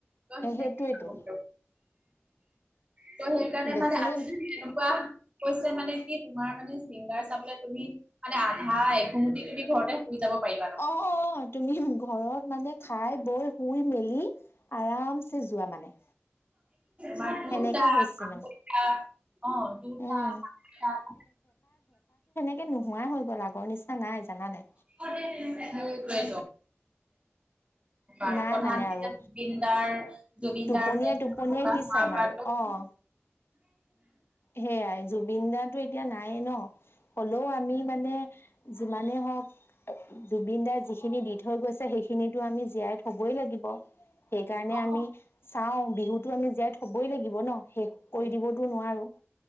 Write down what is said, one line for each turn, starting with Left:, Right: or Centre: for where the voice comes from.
Right: ত' সেনেকে।
Left: সেইটোৱেতো
Right: উম ত' সেইকাৰণে
Left: বেছিয়ে
Right: মানে আজি কেনেকুৱা। কৈছে মানে কি তোমাৰ মানে চিংগাৰ চাবলে তুমি মানে আধা এঘুমুতি তুমি ঘৰতে শুই যাব পাৰিবা
Left: অ অ তুমি ঘৰত মানে খাই
Right: তাৰমানে
Left: বৈ শুই মেলি আৰামছে যোৱা মানে।
Right: মই
Left: সেনেকা হৈছে মানে
Right: দুটা অ দুটা
Left: উম
Right: চ <unintelligible>
Left: তে নোহোৱা হৈ গ'ল আগৰ নিচিনা নাই জানা নাই।
Right: <unintelligible> তেনেকুৱা আৰু
Left: নাই
Right: প্ৰধান
Left: মানে আৰু
Right: যেতিয়া জুবিনদাৰ জুবিনদাৰ
Left: টোপনিয়াই
Right: মৰা
Left: টোপনিয়াই
Right: হোৱা
Left: কি চাম আৰু
Right: প্ৰকাশ
Left: অ সেয়াই জুবিন দাটো এতিয়া নায়ে ন। হ'লেও আমি
Right: উম
Left: মানে যিমানে হওঁক জুবিন দাৰ যিখিনি দি থৈ গৈছে সেইখিনি খিনিতো আমি জীয়াই থবই লাগিব সেইকাৰণে
Right: অ
Left: আমি চাও বিহুতো আমি জীয়াই থবই লাগিব ন শেষ কৰি দিবতো নোৱাৰো।